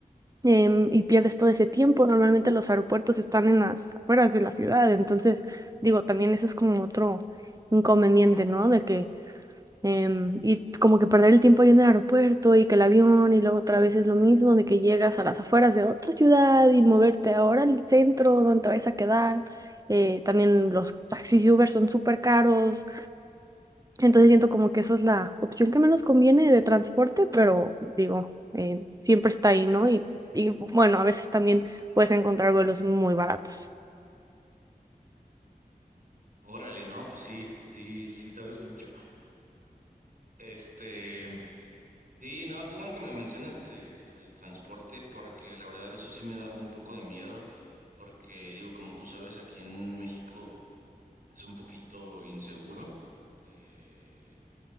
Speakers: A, on the right (about 25°); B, on the right (about 60°).
A: em, y pierdes todo ese tiempo. Normalmente los aeropuertos están en las afueras de la ciudad, entonces digo, también eso es como otro inconveniente, ¿no? De que em, y como que perder el tiempo ahí en el aeropuerto y que el avión y luego otra vez es lo mismo de que llegas a las afueras de otra ciudad y moverte ahora al centro donde te vas a quedar. Eh, también los taxis y Uber son súper caros. Entonces siento como que esa es la opción que menos conviene de transporte, pero digo, eh, siempre está ahí, ¿no? Y, y bueno, a veces también puedes encontrar vuelos muy baratos.
B: Órale, no, pues sí, sí, sí sabes mucho. Este, sí, no, qué bueno que me mencionas eh, lo del transporte porque la verdad eso sí me daba un poco de miedo porque digo, como tú sabes, aquí en México es un poquito inseguro. eh,